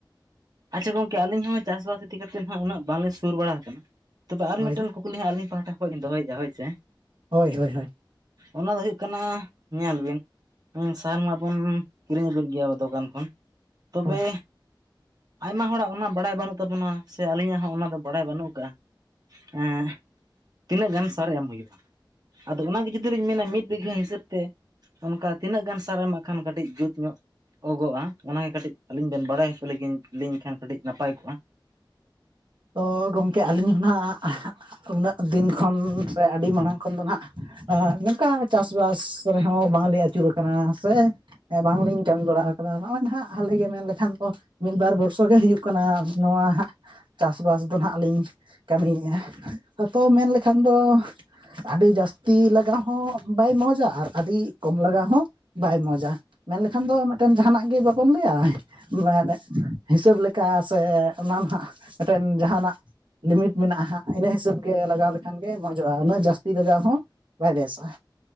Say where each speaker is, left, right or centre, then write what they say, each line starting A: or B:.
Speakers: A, on the right; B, on the right.
A: ᱟᱪᱪᱷᱟ ᱜᱚᱝᱠᱮ ᱟᱹᱞᱤᱧ ᱦᱚᱸ ᱪᱟᱥᱵᱟᱥ ᱤᱫᱤᱠᱟ ᱠᱟᱛᱮᱫ ᱦᱟᱸᱜ ᱩᱱᱟᱹᱜ ᱵᱟᱝᱞᱤᱧ ᱥᱩᱨ ᱵᱟᱲᱟ ᱦᱟᱠᱟᱱᱟ᱾ ᱛᱚᱵᱮ ᱟᱨ
B: ᱦᱳᱭ
A: ᱢᱤᱫᱴᱮᱱ ᱠᱩᱠ ᱠᱩᱞᱤᱧ ᱦᱟᱜ ᱟᱞᱤᱧ ᱯᱟᱦᱴᱥ ᱠᱷᱚᱡᱞᱤᱧ ᱫᱚᱚᱭᱮᱫ-ᱟ ᱦᱳᱭ ᱥᱮ᱾
B: ᱦᱳᱭ ᱦᱳᱭ ᱦᱳᱭ᱾
A: ᱚᱱᱟ ᱫᱚ ᱦᱩᱭᱩᱜ ᱠᱟᱱᱟ ᱧᱮᱞ ᱵᱤᱱ ᱦᱮᱸ ᱥᱟᱦᱟᱱ ᱢᱟᱜᱵᱚᱱ ᱠᱤᱨᱤᱧ ᱟᱹᱜᱩᱭᱮᱫ ᱜᱮᱭᱟ ᱟᱵᱚ ᱫᱚᱠᱟᱱ ᱠᱷᱚᱱ ᱛᱚᱵᱮ
B: ᱦᱳᱭ
A: ᱟᱭᱢᱟ ᱦᱚᱲᱟᱜ ᱚᱱᱟ ᱵᱟᱲᱟᱭ ᱵᱟᱹᱱᱩᱜ ᱛᱟᱵᱚᱱᱟ ᱥᱮ ᱟᱹᱞᱤᱧᱟᱜ ᱦᱚᱸ ᱚᱱᱟ ᱫᱚ ᱵᱟᱲᱟᱭ ᱵᱟᱹᱱᱩᱜ ᱟᱠᱟᱟᱜ-ᱟ᱾ ᱮᱸ᱾ ᱛᱤᱱᱟᱹᱜ ᱜᱟᱱ ᱥᱟᱨᱮᱢᱥᱢ ᱦᱩᱭᱩᱜ-ᱟ᱾ ᱟᱫᱚ ᱚᱱᱟᱜᱮ ᱡᱩᱫᱤ ᱞᱤᱧ ᱢᱮᱱᱟ ᱢᱤᱫ ᱵᱤᱜᱷᱟᱹ ᱦᱤᱥᱟᱹᱵ ᱛᱮ᱾ ᱚᱱᱠᱟ ᱛᱤᱱᱟᱹᱜ ᱜᱟᱱ ᱥᱟᱨᱮ ᱮᱢᱟᱜ ᱠᱷᱟᱱ ᱠᱟᱹᱴᱤᱡ ᱡᱩᱛ ᱧᱚᱜ ᱚᱜᱼᱟ᱾ ᱚᱱᱟᱜᱮ ᱠᱟᱹᱴᱤᱡ ᱟᱹᱞᱤᱧ ᱵᱮᱱ ᱵᱟᱲᱟᱭ ᱦᱚᱪᱚ ᱤᱧ ᱞᱤᱧ ᱠᱷᱟᱱ ᱠᱟᱹᱴᱤᱡ ᱱᱟᱯᱟᱭ ᱠᱚᱜ-ᱟ᱾
B: ᱛᱚ ᱜᱚᱢᱠᱮ ᱟᱹᱞᱤᱧ ᱦᱚᱸ ᱱᱟᱦᱟᱸᱜ ᱩᱱᱟᱹᱜ ᱫᱤᱱ ᱠᱷᱚᱱ ᱥᱮ ᱟᱹᱰᱤ ᱢᱟᱲᱟᱝ ᱠᱷᱚᱱ ᱫᱚ ᱱᱟᱦᱟᱸᱜ ᱟᱜ ᱱᱚᱝᱠᱟ ᱪᱟᱥᱵᱟᱥ ᱨᱮᱦᱚᱸ ᱵᱟᱝᱞᱤ ᱟᱹᱪᱩᱨ ᱟᱠᱟᱱᱟ ᱥᱮ ᱮᱸ ᱵᱟᱝᱞᱤᱧ ᱠᱟᱹᱢᱤ ᱵᱟᱲᱟ ᱠᱟᱫᱟ᱾ ᱱᱚᱜ-ᱚᱭ ᱱᱟᱟᱜ ᱦᱟᱞᱮᱜ ᱜᱮ ᱢᱮᱱ ᱞᱮᱠᱷᱟᱱ ᱫᱚ ᱢᱤᱫ-ᱵᱟᱨ ᱵᱚᱨᱥᱚ ᱜᱮ ᱦᱩᱭᱩᱜ ᱠᱟᱱᱟ᱾ ᱱᱚᱣᱟ ᱪᱟᱥᱵᱟᱥ ᱫᱚ ᱱᱟᱦᱟᱸᱜ ᱞᱤᱧ ᱠᱟᱹᱢᱤᱭᱮᱫ-ᱟ᱾ ᱟ ᱛᱚ ᱢᱮᱱ ᱞᱮᱠᱷᱟᱱ ᱫᱚ ᱟᱹᱰᱤ ᱡᱟᱹᱥᱛᱤ ᱞᱟᱜᱟᱣ ᱦᱚᱸ ᱵᱟᱭ ᱢᱚᱡᱟ ᱟᱨ ᱟᱹᱰᱤ ᱠᱚᱢ ᱞᱟᱜᱟᱣ ᱦᱚᱸ ᱵᱟᱭ ᱢᱚᱡᱟ ᱢᱮᱱᱞᱠᱷᱟᱱ ᱫᱚ ᱢᱤᱫᱴᱮᱱ ᱡᱟᱦᱟᱱᱟᱜ ᱜᱮ ᱵᱟᱵᱚᱱ ᱞᱟᱹᱭᱟ᱾ ᱢᱮᱱ-ᱮᱫ ᱦᱤᱥᱟᱹᱵ ᱞᱮᱠᱟ ᱥᱮ ᱚᱱᱟ ᱱᱟᱦᱟᱸᱜ ᱢᱤᱫᱴᱮᱱ ᱡᱟᱦᱟᱱᱟᱜ ᱞᱤᱢᱤᱴ ᱢᱮᱱᱟᱜ-ᱟ ᱦᱟᱸᱜ ᱤᱱᱟᱹ ᱦᱤᱥᱟᱹᱵ ᱜᱮ ᱞᱟᱜᱟᱣ ᱞᱮᱠᱷᱟᱱ ᱜᱮ ᱢᱚᱡᱚᱜ-ᱟ, ᱩᱱᱟᱹᱜ ᱡᱟᱹᱥᱛᱤ ᱞᱟᱜᱟᱣ ᱦᱚᱸ ᱵᱟᱭ ᱵᱮᱥᱚᱜ-ᱟ᱾